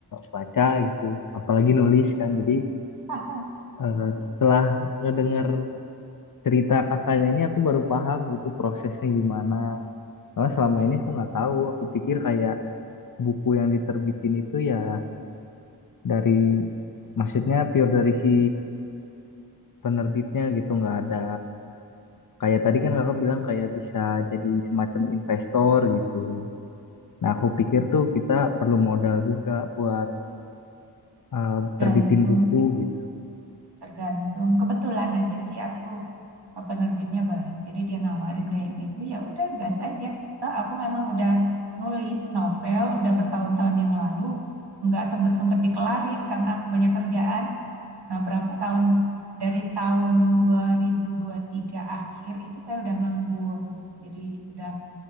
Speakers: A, on the left; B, on the right.
A: baca gitu, apalagi nulis kan. Jadi
B: <laughs>
A: eh, setelah ngedenger cerita kakaknya ini aku baru paham gitu prosesnya gimana. Soalnya selama ini aku nggak tahu. Aku pikir kayak buku yang diterbitin itu ya dari maksudnya pure dari si penerbitnya gitu, nggak ada kayak tadi kan kakak bilang kayak bisa jadi semacam investor gitu. Nah aku pikir tuh kita perlu modal juga buat eh,
B: gantung
A: terbitin buku
B: sih
A: gitu.
B: Tergantung kebetulan aja sih aku eh, penerbitnya baik. Jadi dia nawarin kayak gitu. Ya udah gas aja. Toh aku memang udah nulis novel udah bertahun-tahun yang lalu nggak sempet-sempet dikelarin karena aku banyak kerjaan. Nah, berapa tahun dari tahun dua ribu dua ribu tiga akhir itu saya udah nganggur. Jadi udah